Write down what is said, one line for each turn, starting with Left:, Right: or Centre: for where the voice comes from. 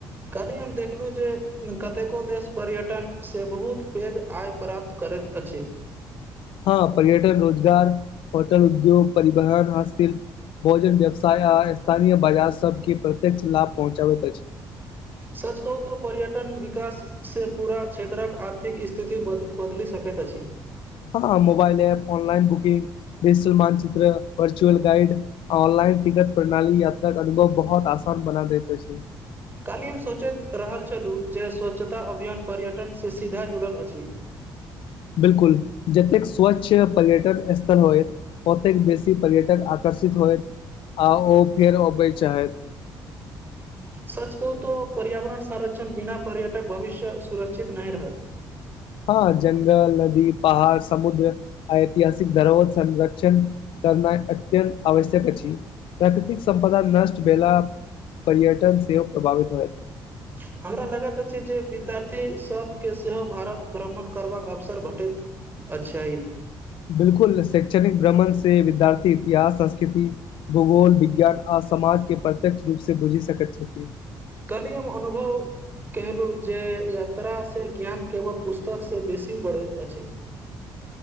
Right: काहली हम देखलु जे कतेको देश पर्यटन सँ बहुत पैघ आय प्राप्त करैत अछि
Left: हँ पर्यटन रोजगार होटल उद्योग परिवहन हाथ शिल्प भोजन व्यवसाय आ स्थानीय बाजार सबके प्रत्यक्ष लाभ पहुँचाबैत अछि
Right: सच कहू त पर्यटन विकास से पूरा क्षेत्रक आर्थिक स्थिति बदल बदल सकैत अछि
Left: हँ mobile app online booking digital मानचित्र वर्चुअल गाइड ऑनलाइन टिकट प्रणाली यात्रा के अनुभव बहुत आसान बना दैत अछि
Right: काल्हि हम सोचैत रहल छलु जे स्वच्छता अभियान पर्यटन से सीधा जुड़ल अछि <inaudible>
Left: बिल्कुल जतेक स्वच्छ पर्यटन स्थल होयत ओतेक बेसी पर्यटक आक आषित होयत आ ओ फेरो अबय चाहथि
Right: सच कहू तो पर्यावरण संरक्षण बिना पर्यटक भविष्य सुरक्षित नहि रहत
Left: हँ जंगल नदी पहाड़ समुद्र ऐतिहासिक धरोहर संरक्षण करना अत्यन् आवश्यक अछि प्रकृतिक संपदा नष्ट भेला पर्यटन सेवक प्रभावित होयत
Right: <inaudible> हमरा लगैत अछि जे विद्यार्थी सब के सेहो भारत भ्रमण करबाक अवसर भेटैत अच्छा इ
Left: बिलकुल शैक्षणिक भ्रमण से विद्यार्थी इतिहास संस्कृति भूगोल विज्ञान आ समाज के प्रत्यक्ष रूपसँ बुझि सकैत छथि
Right: कलियम अनुभव केहलु जे यात्रा सँ ज्ञान केवल पुस्तक सँ बेसी बढ़ैत अछि <inaudible>